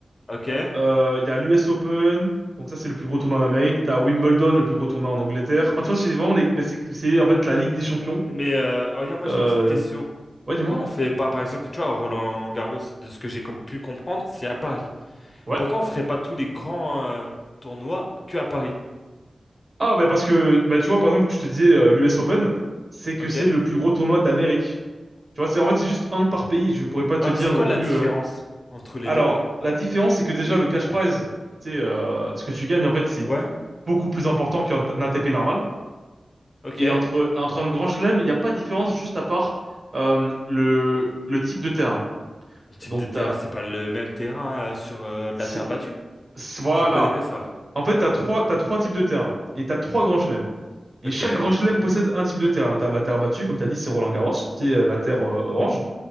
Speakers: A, on the left; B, on the right.
A: Ok,
B: Euh, Il y a l'US Open. Donc ça, c'est le plus gros tournoi en Amérique. T'as Wimbledon, le plus gros tournoi en Angleterre. Enfin, tu vois, c'est vraiment les, ben, c'est, c'est en fait la Ligue des Champions.
A: mais euh, oh, regarde, moi
B: Euh...
A: j'ai une petite question.
B: Ouais,
A: Pourquoi
B: dis-moi.
A: on fait pas, par exemple, tu vois, au Roland-Garros, de ce que j'ai com- pu comprendre, c'est à Paris.
B: Ouais.
A: Pourquoi on ferait pas tous les grands euh, tournois que à Paris?
B: Ah, bah parce que, bah tu vois, par exemple, que je te disais, euh, l'US Open, c'est que
A: Ok?
B: c'est le plus gros tournoi d'Amérique. Tu vois, c'est, en fait, c'est juste un par pays. Je pourrais pas te
A: Ouais,
B: dire
A: mais c'est quoi
B: non plus.
A: la différence
B: euh.
A: entre les
B: Alors,
A: deux?
B: la différence, c'est que déjà, le cash prize, tu sais, euh, ce que tu gagnes, en fait, c'est
A: Ouais,
B: beaucoup plus important qu'un un ATP normal.
A: ok.
B: Et
A: Le
B: entre, entre un grand chelem, il n'y a pas de différence juste à part euh, le, le type de terrain.
A: type
B: Donc,
A: de terrain,
B: t'as.
A: c'est pas le même terrain euh, sur euh, de
B: c'est-
A: la terre battue?
B: c'est- Voilà.
A: Je connais que ça.
B: En fait, t'as trois, t'as trois types de terrains et t'as trois grands chelems. Et
A: Ok,
B: chaque grand chelem possède un type de terrain. T'as la terre battue, comme t'as dit, c'est Roland-Garros, c'est euh, la terre euh, orange.